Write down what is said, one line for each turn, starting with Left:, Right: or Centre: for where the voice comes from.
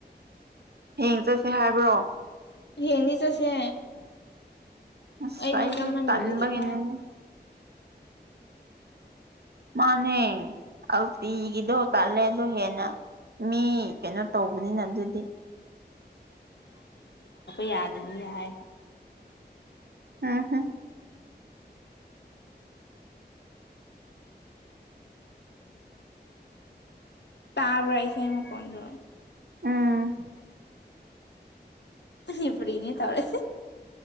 Right: ꯍꯡ ꯆꯠꯁꯤ ꯍꯥꯏꯕ꯭ꯔꯣ
Left: ꯍꯦꯅꯤ ꯆ ꯑꯁꯦ
Right: ꯑꯁ
Left: ꯑꯩꯗꯤ
Right: ꯑꯩꯁꯦ
Left: ꯀꯃꯗꯕꯤ
Right: ꯇꯟꯕꯒꯤꯅꯤꯅꯦ
Left: ꯏ ꯀ
Right: ꯃꯥꯅꯦ ꯍꯧ ꯇꯤꯒꯗꯣ ꯇꯂꯦ ꯑꯗꯨꯣ ꯍꯦꯅ ꯃꯤ ꯀꯩꯅꯣ ꯇꯧꯕꯅꯤꯅ ꯑꯗꯨꯗꯤ
Left: ꯌꯥꯗ ꯅ
Right: ꯎꯝ ꯍꯨꯝ
Left: ꯇꯕ ꯑꯩꯁ ꯑꯃꯨ ꯀꯗꯨ
Right: ꯎꯝ
Left: ꯏꯄꯅꯦ ꯇꯧꯔꯦ